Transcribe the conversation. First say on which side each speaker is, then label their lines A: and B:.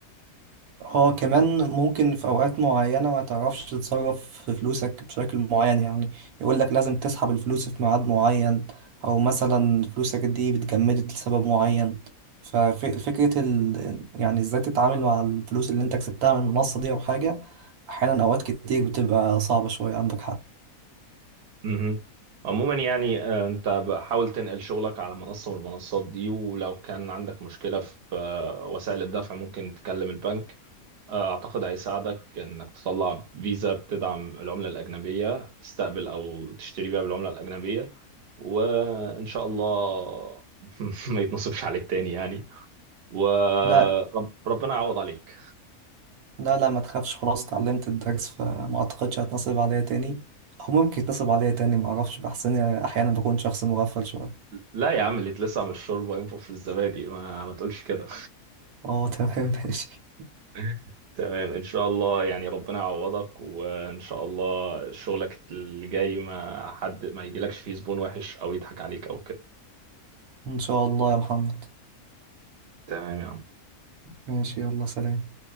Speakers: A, on the right (about 85°); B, on the right (about 50°).
A: اه كمان ممكن في اوقات معينة ما تعرفش تتصرف في فلوسك بشكل معين يعني يقولك لازم تسحب الفلوس في ميعاد معين او مثلا فلوسك دي بتجمدت لسبب معين ففكرة ال... يعني ازاي تتعامل مع الفلوس اللي انت كسبتها من المنصة دي او حاجة احيانا اوقات كتير بتبقى صعبة شوية عندك حق
B: مهم. عموما يعني آه، انت حاول تنقل شغلك على منصه من المنصات دي ولو كان عندك مشكله في آه، وسائل الدفع ممكن تكلم البنك آه، أعتقد هيساعدك إنك تطلع فيزا بتدعم العملة الأجنبية تستقبل أو تشتري بيها بالعملة الأجنبية وإن شاء الله <laughs> ما يتنصبش عليك تاني يعني وربنا
A: لا
B: يعوض عليك
A: لا لا ما تخافش خلاص اتعلمت الدرس فما اعتقدش هتنصب عليا تاني او ممكن يتنصب عليا تاني ما اعرفش بحس اني احيانا بكون شخص مغفل شوية
B: لا يا عم اللي يتلسع من الشوربة ينفخ في الزبادي ما, ما تقولش كده
A: اه <laughs> تمام ماشي
B: <laughs> تمام إن شاء الله يعني ربنا يعوضك وإن شاء الله شغلك اللي جاي ما حد ما يجيلكش فيه زبون وحش أو يضحك عليك أو كده
A: إن شاء الله يا محمد
B: تمام يا
A: ماشي يلا سلام